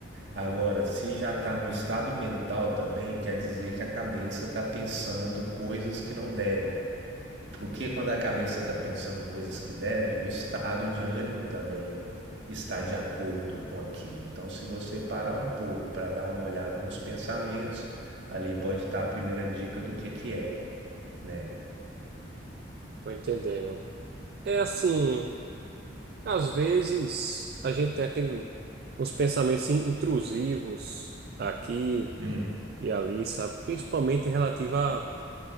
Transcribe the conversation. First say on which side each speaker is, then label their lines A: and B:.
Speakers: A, on the right; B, on the right.
A: Agora, se já está no estado mental também, quer dizer que a cabeça está pensando coisas que não devem. Porque quando a cabeça está pensando coisas que devem, o estado de ânimo também está de acordo com aquilo. Então, se você parar um pouco para dar uma olhada nos pensamentos, ali pode estar tá a primeira dica do que que é, né?
B: Tô entendendo. É assim. Às vezes a gente tem aquele, uns pensamentos in- intrusivos aqui
A: Hum.
B: e ali, sabe? Principalmente relativo à